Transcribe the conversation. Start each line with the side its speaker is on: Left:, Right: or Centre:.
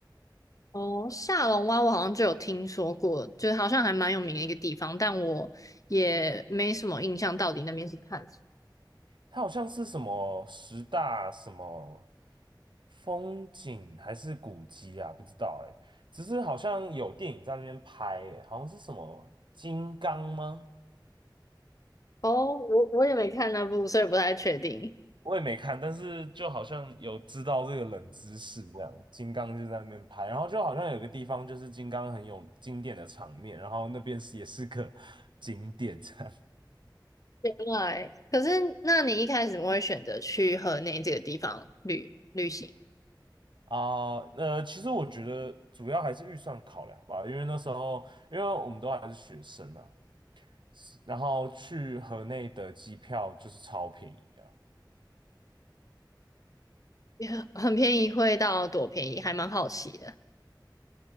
Left: 哦，下龙湾我好像就有听说过，就是好像还蛮有名的一个地方，但我也没什么印象，到底那边是看什
Right: 它好像是什么十大什么风景还是古迹啊？不知道哎、只是好像有电影在那边拍哎、好像是什么金刚吗？
Left: 么。哦，我我也没看那部，所以不太确定。
Right: 我也没看，但是就好像有知道这个冷知识这样。金刚就在那边拍，然后就好像有个地方就是金刚很有经典的场面，然后那边是也是个 <laughs> 景点这样。
Left: 原来，可是那你一开始怎么会选择去河内这个地方旅旅行？
Right: 啊，呃，其实我觉得主要还是预算考量吧，因为那时候，因为我们都还是学生啊，然后去河内的机票就是超便宜啊。
Left: <laughs> 也很很便宜，会到多便宜，还蛮好奇的。